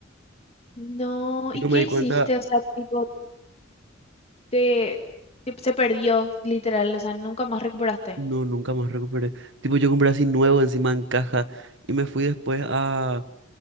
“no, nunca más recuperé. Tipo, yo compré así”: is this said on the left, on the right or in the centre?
Right